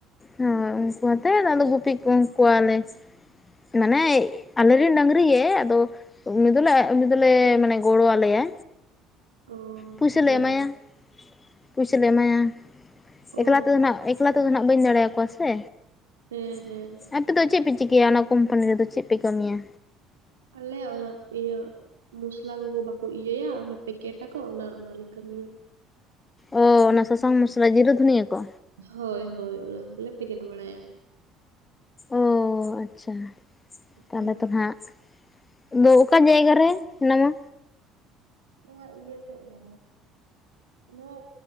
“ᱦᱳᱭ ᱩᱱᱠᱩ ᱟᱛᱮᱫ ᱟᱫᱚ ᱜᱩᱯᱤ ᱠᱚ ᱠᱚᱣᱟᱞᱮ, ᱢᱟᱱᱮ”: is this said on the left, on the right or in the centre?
Left